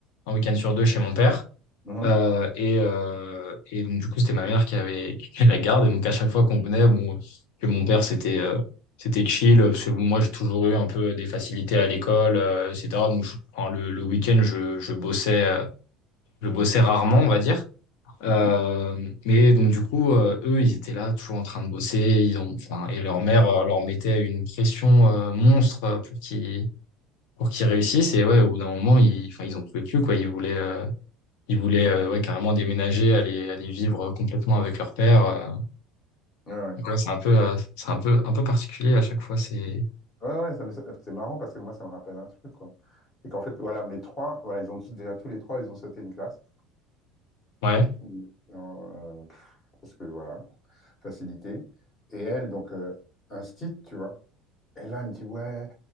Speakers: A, on the left; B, on the left.
A: un week-end sur deux chez mon père.
B: mhm,
A: Euh, et, euh, et donc du coup, c'était ma mère qui avait, <laughs> qui avait la garde. Et donc à chaque fois qu'on venait, bon, que mon père c'était, euh, c'était chill parce que bon, moi j'ai toujours eu un peu des facilités
B: mm,
A: à l'école, euh, etc. Donc je- enfin, le, le week-end, je, je bossais, euh, je bossais rarement, on va dire. Euh,
B: mhm.
A: mais donc du coup, euh, eux, ils étaient là, toujours en train de bosser. Ils ont, enfin, et leur mère euh, leur mettait une pression euh, monstre euh, pour qu'ils pour qu'ils réussissent. Et ouais, au bout d'un moment, ils, enfin, ils en pouvaient plus, quoi. Ils voulaient, euh, ils voulaient euh, ouais, carrément déménager, aller, aller vivre complètement avec leur père. euh.
B: Ouais, ouais,
A: Donc ouais, c'est un peu, euh, c'est un peu, un peu particulier à chaque fois. C'est
B: Ouais, ouais, ça me- c'est marrant parce que moi, ça me rappelle un truc, quoi. C'est qu'en fait, voilà, mes trois, voilà, ils ont tous, déjà tous les trois, ils ont sauté une classe.
A: ouais,
B: Oui. Euh, pff, parce que voilà, facilité. Et elle, donc, euh, instite, tu vois. Et là, elle me dit, ouais,